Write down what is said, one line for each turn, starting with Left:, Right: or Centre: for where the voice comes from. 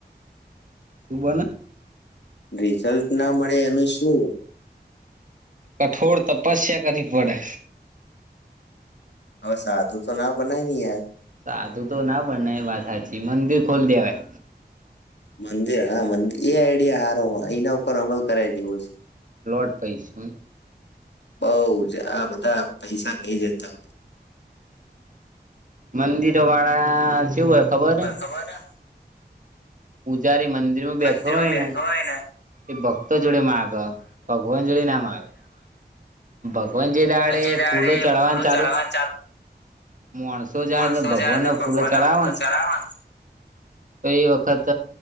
Right: સુભના
Left: રિઝલ્ટ ના મળે એનું શું
Right: કઠોર તપસ્યા કરવી પડે
Left: હવે સાદું તો ના બનાવી યાર
Right: સાધું તો ના બને એ વાત સાચી મંદિર ખોલી દેવાય
Left: મંદિર હા મંદિર એ આઈડિયા સારો હો એના ઉપર અમલ કરાય જેવો છે.
Right: પ્લોટ પાઈશ
Left: બઉ જ આ બધા પૈસા કહી જતા હોય.
Right: મંદિર વાળ શું હ ખબર
Left: સવારે
Right: પૂજારી મંદિર માં બેઠો
Left: મંદિરમાં
Right: હોય
Left: બેઠો
Right: ને
Left: હોય
Right: એ ભક્તો જોડે માગ ભગવાન જોડે ના માગે ભગવાન જે દાડે
Left: એ દાડે
Right: ફૂલો ચડવાનું ચાલુ
Left: ચડવા
Right: માણસો જને
Left: માણસો
Right: ભગવાન
Left: જયારે
Right: ના ફૂલો ચડાવાના
Left: નો ફૂલો ચડાવે
Right: તો એ વખત